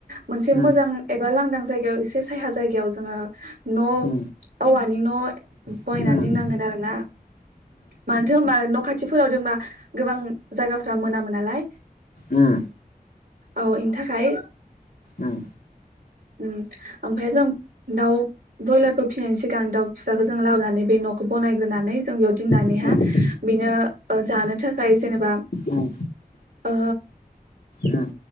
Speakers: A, on the right; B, on the left.
A: मोनसे
B: उम
A: मोजां एबा लांदां जायगायाव एसे साया जायगायाव जोङो न'
B: उम
A: औवानि न' बयनानै
B: उम उम
A: दोननांगोन आरो ना? मान्थो होम्बा न' खाथिफोराव जेनेबा गोबां जायगाफ्रा मोनामो नालाय।
B: उम
A: औ इनिथाखाय
B: उम
A: उम ओमफ्राय जों दाउ ब्रयलारखौ फिनायनि सिगां दाउ फिसाखौ जों लाबोनानै बै न'खौ बानायग्रोनानै जों बेयाव दोनानैहा
B: उम
A: बिनो ओ जानो थाखाय जेनेबा
B: उम
A: ओ
B: उम